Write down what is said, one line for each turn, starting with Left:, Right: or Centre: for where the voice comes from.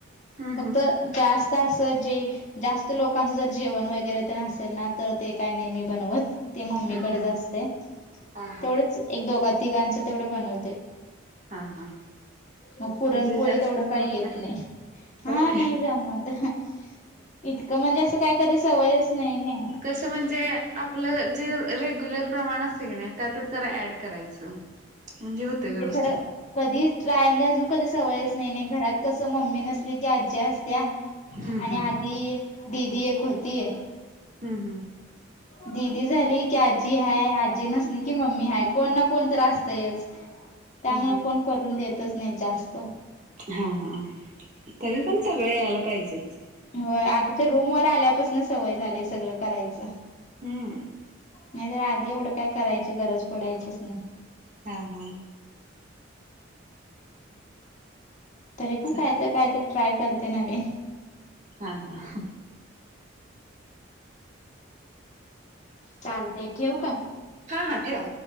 Right: हम्म
Left: फक्त
Right: हम्म
Left: गॅस असं जे जास्त लोकांचं जर जेवण वगैरे तर नसेल ना तर ते काय नाही मी बनवत ते मम्मीकडेच
Right: हम्म हम्म
Left: असते
Right: हा हा
Left: तेवढंच एक दोघा तिघांचं तेवढं बनवते
Right: हा हा
Left: मग
Right: म्हणजे
Left: पुरणपोळी
Right: जास्त
Left: तेवढं
Right: जमत
Left: काही येत नाही हा
Right: होय
Left: नाही जमत इतकं म्हणजे असं काय कधी सवयच नाही ना
Right: कस म्हणजे आपलं जे रेग्युलर प्रमाण असत की नाही त्यात जरा ऍड करायचं म्हणजे होतंय व्यवस्थित
Left: तर कधी ट्राय म्हणजे अजून कधी सवयच नाही नाही घरात कसं मम्मी नसली की आजी असत्या
Right: हम्म हम्म
Left: आणि आधी दीदी एक होती
Right: हम् हम्
Left: दिदी झाली की आजी हाय आजी नसली की मम्मी हाय कोण ना कोण तर असतयच त्यामुळे
Right: हम्म हम्म
Left: कोण करून देतच नाही जास्त
Right: हा हा तरी पण सगळें यायला पाहिजेच
Left: हो आता ते रूमवर आल्यापासून सवय झाली सगळं करायचं
Right: हम्म
Left: नाही तर आधी एवढं काय करायची गरज पडायचीच नाही
Right: हा हा
Left: तरी पण
Right: चा
Left: काय तर काय तर ट्राय करते नवीन
Right: हा हा
Left: चालतंय ठेवू का?
Right: हा हा ठेवा